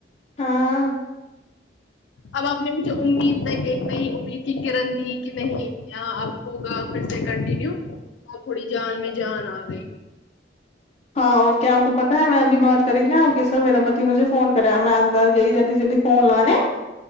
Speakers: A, on the left; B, on the left.
A: ہاں
B: اب آپ نے جو امید ہے ایک نہیں امید کی کرن دی کہ نہیں یہاں اب ہوگا پھر سے کنٹینیو تو اب تھوڑی جان میں جان آ گئی
A: ہاں اور کیا اپ کو پٹ میں ابھی بات کری ت ن ا سر میرا پتی مجھے فون کرایا میں اندار گئی جلدی جلدی فون لانے